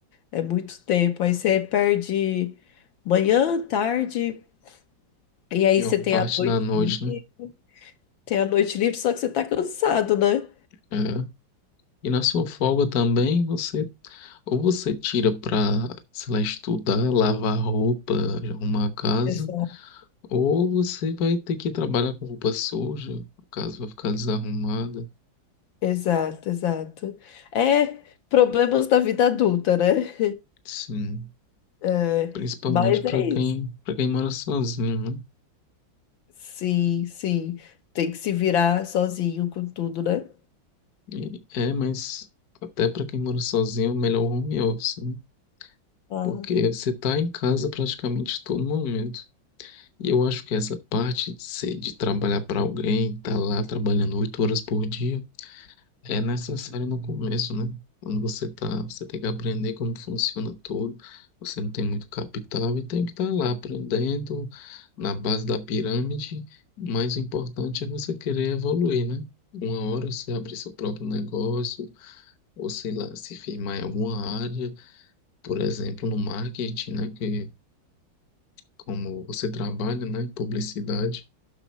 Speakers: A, on the left (about 80°); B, on the left (about 55°).
A: É muito tempo. Aí você perde manhã, tarde, e aí
B: E uma
A: você tem
B: parte
A: a noite,
B: da noite,
A: livre-
B: né?
A: tem a noite livre, só que você tá cansado, né?
B: É. E na sua folga também, você ou você tira pra, sei lá, estudar, lavar roupa, arrumar a casa,
A: Exato,
B: ou você vai ter que trabalhar com roupa suja, a casa vai ficar desarrumada.
A: exato. exato. É problemas da vida adulta, né? <laughs>
B: Sim,
A: É,
B: principalmente
A: mas
B: para
A: é isso.
B: quem, para quem mora sozinho, né?
A: Sim, sim. Tem que se virar sozinho com tudo, né?
B: E- É, mas até para quem mora sozinho, é melhor o home office, né?
A: Ah,
B: Porque você tá em casa praticamente todo momento. E eu acho que essa parte de ser, de trabalhar para alguém, tá lá trabalhando oito horas por dia, É necessário no começo, né? Quando você tá, você tem que aprender como funciona tudo. Você não tem muito capital e tem que estar lá aprendendo na base da pirâmide. Mas o importante é você querer evoluir, né? Uma hora você abrir seu próprio negócio, ou sei lá, se firmar em alguma área, por exemplo, no marketing, né? Que como você trabalha, né? Em publicidade